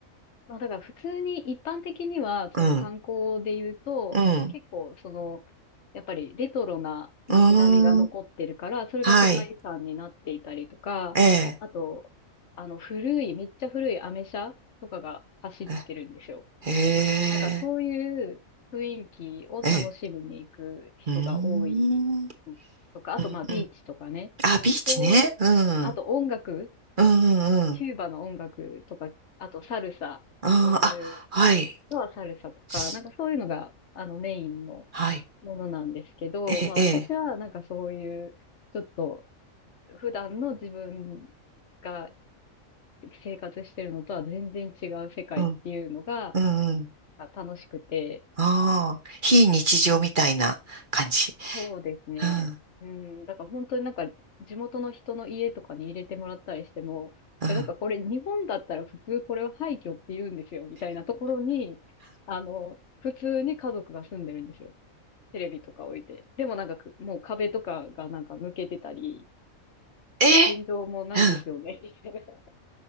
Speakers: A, on the left; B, on the right.
A: まあだから普通に一般的には、その観光で言うと、
B: うん、うん、
A: 結構その、やっぱりレトロな街並みが残ってるから、
B: うーん、
A: それが世界遺産になっていたりとか、
B: はい、ええ、
A: あと、あの古い、めっちゃ古いアメ車とかが走ってるんですよ。
B: ええ、ええ。
A: だからそういう雰囲気を楽しみに行く人が多い
B: えうーん。うん
A: とか、あとまあビーチとかね、
B: うん。あ、ビーチね。
A: そういう、
B: うん。
A: あと音楽
B: うんうんうん。
A: あの、キューバの音楽とか、あとサルサ、
B: あー、
A: 踊る
B: あ、はい。
A: 人はサルサとか、
B: す
A: なんかそういうのが、あの、メインの
B: はい。
A: ものなんですけど、
B: ええ、
A: まあ私はなんかそういう、
B: ええ。
A: ちょっと普段の自分が生活してるのとは全然違う世界っていうのが
B: うん。うんうん。
A: 楽しくて、
B: ああ、非日常みたいな感じ。
A: そうですね。
B: うん。
A: うん。だから本当になんか地元の人の家とかに入れてもらったりしても、
B: うん。
A: いやなんかこれ日本だったら普通これは廃墟って言うんですよ、みたいなところに、あの、普通に家族が住んでるんですよ。テレビとか置いて。でもなんかくもう壁とかがなんか抜けてたり、
B: ええ、
A: あ天井もないですよね、
B: うん。
A: みたいな。